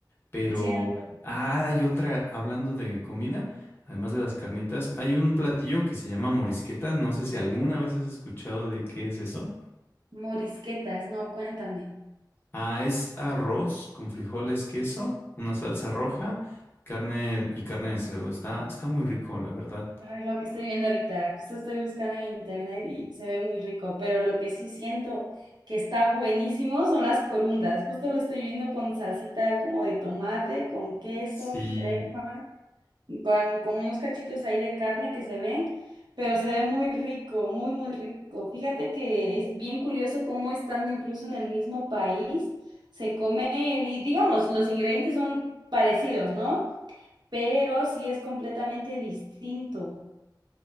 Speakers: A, on the left; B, on the right.
A: pero
B: Sí, no te preocupes.
A: ah, hay otra, hablando de comida, además de las carnitas, hay un platillo que se llama morisqueta, no sé si alguna vez has escuchado de qué es eso.
B: Morisquetas, no, cuéntame.
A: Ah, es arroz con frijoles, queso, una salsa roja, carne y carne de cerdo. Está, está muy rico, la verdad.
B: Ay, lo que estoy viendo ahorita, esto estoy buscando en internet y se ve muy rico, pero lo que sí siento que está buenísimo son las corundas. Justo lo estoy viendo con salsita como de tomate, con queso,
A: Sí.
B: crema, con, con unos cachitos ahí de carne que se ven, pero se ve muy rico, muy, muy rico. Fíjate que es bien curioso cómo estando incluso en el mismo país se come, y digamos, los ingredientes son parecidos, ¿no? Pero sí es completamente distinto.